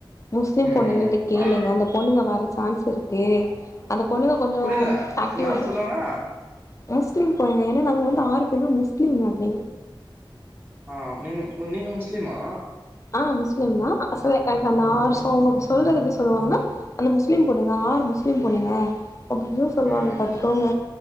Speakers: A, on the left (about 35°); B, on the right (about 25°).
A: முஸ்லிம்
B: ம்
A: பொண்ணுங்கள்ட்ட
B: ம்
A: கேளுங்க
B: ஆ
A: அந்த பொண்ணுங்க வர சான்ஸ் இருக்கு அந்த பொண்ணுங்க கொஞ்சோ
B: புரியல
A: ஆக்டிவாவே
B: என்னான்னு சொல்லுவாங்க
A: ப்ச் முஸ்லிம் பொண்ணுங்க ஏனா நாங்க வந்து ஆறு பேருமே முஸ்லீம் மாதிரி
B: ஆ நீங்க மு நீங்க முஸ்லீமா
A: ஆ முஸ்லிம்தா <unintelligible> சொல்றது எப்டி சொல்வாங்கனா அந்த முஸ்லீம் பொண்ணுங்க ஆறு முஸ் லீம் பொண்ணுங்க அப்டீனு சொல்வாங்க
B: ம்
A: பாத்துக்கோங்க